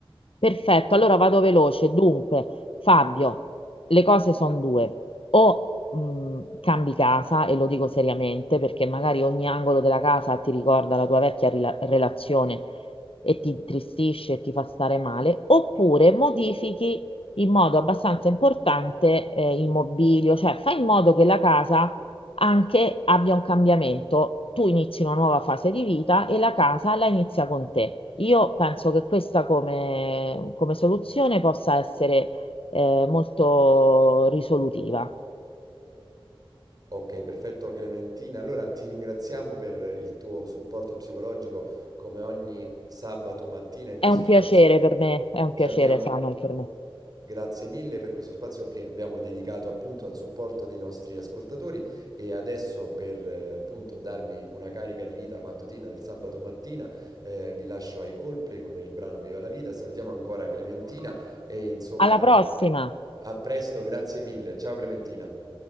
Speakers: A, on the left; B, on the right.
A: Perfetto, allora vado veloce. Dunque, Fabio, le cose sono due. O mh, cambi casa, e lo dico seriamente, perché magari ogni angolo della casa ti ricorda la tua vecchia rila- relazione e ti intristisce e ti fa stare male, oppure modifichi in modo abbastanza importante eh, il mobilio, cioè fai in modo che la casa anche abbia un cambiamento. Tu inizi una nuova fase di vita e la casa la inizia con te. Io penso che questa come, come soluzione possa essere eh, molto risolutiva.
B: Ok, perfetto Clementina. Allora ti ringraziamo per il tuo supporto psicologico come ogni sabato mattina in questo
A: È un
B: spazio
A: piacere per me, è un
B: che
A: piacere,
B: abbiamo.
A: Samuel, per me.
B: Grazie mille per questo spazio che abbiamo dedicato appunto al supporto dei nostri ascoltatori e adesso per eh, appunto darvi una carica di vita mattutina del sabato mattina eh, vi lascio ai Coldplay con il brano Viva la vita. Salutiamo ancora Clementina e insomma
A: Alla prossima!
B: a presto, grazie mille. Ciao Clementina.